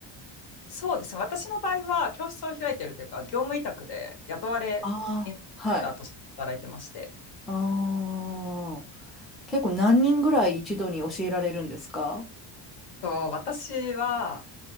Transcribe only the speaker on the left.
そうですね。私の場合は、教室を開いてるというか、業務委託で雇われインストラクターとして働いてまして、
と、私は